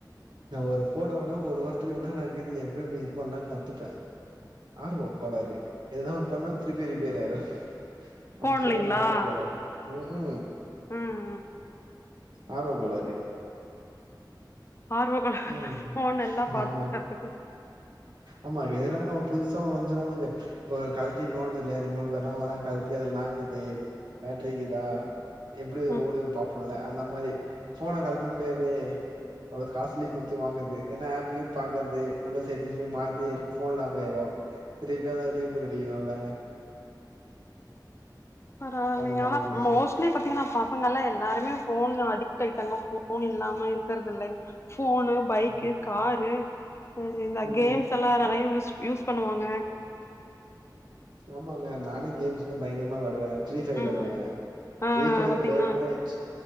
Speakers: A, on the right; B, on the left.
A: நா ஒரு ஃபோனு வாங்குனா ஒரு வாரத்துல என்னென்ன இக்குது எப்டி எப்டி இது பண்லான் கத்துப்பே. ஆர்வோ கோளாறு எதுனா ஒன் பண்ணா திருப்பியு ரிப்பேர் ஆயிரு.
B: ஃபோன்லைங்களா
A: அப் செரியான ஆர்வ கோளாறு ம்ஹு
B: ம் ம்
A: ஆர்வ கோளாறு.
B: ஆர்வ கோளாறேல்லா
A: ம்
B: ஃபோன் எல்லா பாத்து
A: நம்ம
B: கத்துக்க
A: ஆமா எதுனாலு நம்ம புதுசா ஒன் வஞ்ச்சுனா அதுக்கு இப்போ கழ்ட்டி நோன்றது இல்லியா ரிமோட் கார்லா வாங்குனா கழ்ட்டி அதுல இன்னாக்குது பேட்ரிக்குதா? எப்டி அது
B: ம்.
A: ஓடுதுன் பாப்போல்ல அந்த மாரி ஃபோன கழ்ட்ட முடியாதே. அவ்ளோ காஸ்லி குட்த்து வாங்கற்து ஏனா ஆப்கீப் பாக்கற்து உள்ள செட்டிங்ஸ் போய் மாத்தி இரு ஃபோன் லாக்காயிரு திருப்பியு அத ரீபூட் அடிக்குணு இல்ல.
B: பரவாலிங்க
A: அந்த மாரி
B: ஆனாப்
A: கேஸு
B: மோஸ்ட்லி பாத்திங்கன்னா ப சங்கல்லா எல்லாருமே ஃபோனு அடிக்ட் ஆயிட்டாங்க ஃபோன் இல்லாம இருக்கறது இல்லைங் ஃபோனு பைக்கு
A: ம்
B: காரு இ இந்த
A: ம்
B: கேம்ஸ் எல்லா நறைய யூஸ் யூஸ் பண்ணுவாங்க.
A: ஆமாங்க நானே கேம்ஸ் வந்து பயங்கரமா வெளாடுவே. ஃப்ரீ ஃபய வெளாடுவே
B: ம், ம். ஆ
A: ஃப்ரீ ஃபயரு
B: பாத்தீங்கன்னா,
A: போயிட்னாவே வெச்